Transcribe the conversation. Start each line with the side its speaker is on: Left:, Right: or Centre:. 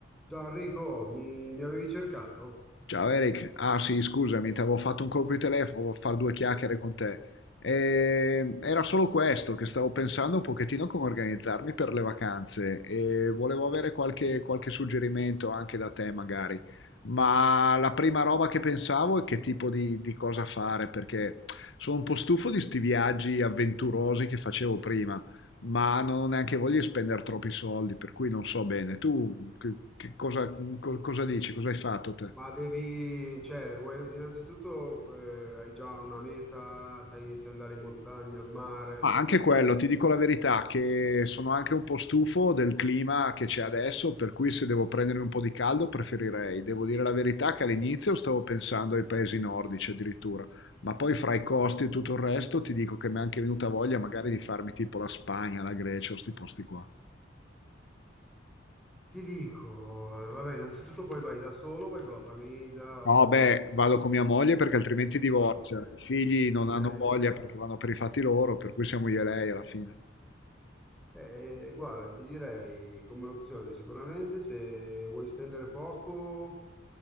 Centre: Ciao Enrico, mi, mi avevi cercato?
Left: Ciao Eric, ah sì, scusami, ti avevo fatto un colpo di telefono per fare due chiacchiere con te. E era solo questo, che stavo pensando un pochettino come organizzarmi per le vacanze e volevo avere qualche, qualche suggerimento anche da te magari. Ma la prima roba che pensavo è che tipo di, di cosa fare, perché sono un po' stufo di sti viaggi avventurosi che facevo prima, ma non ho neanche voglia di spendere troppi soldi, per cui non so bene. Tu che- che cosa, co- cosa dici? Cosa hai fatto te?
Centre: Ma devi, cioè, vuoi- innanzitutto eh, hai già una meta, sai se andare in montagna, al mare?
Left: Ma anche quello, ti dico la verità, che sono anche un po' stufo del clima che c'è adesso, per cui se devo prendermi un po' di caldo preferirei. Devo dire la verità che all'inizio stavo pensando ai paesi nordici addirittura, ma poi fra i costi e tutto il resto ti dico che mi è anche venuta voglia magari di farmi tipo la Spagna, la Grecia o sti posti qua.
Centre: Ti dico, eh, vabbè, innanzitutto poi vai da solo, vai con la famiglia
Left: No,
Centre: o...
Left: beh, vado con mia moglie perché altrimenti divorzia.
Centre: Ah, ok,
Left: I figli non
Centre: ok,
Left: hanno
Centre: <laughs>
Left: voglia
Centre: chiaro.
Left: perché vanno per i fatti loro, per cui siamo io e lei alla fine.
Centre: Eh, guarda, ti direi come opzione sicuramente se vuoi spendere poco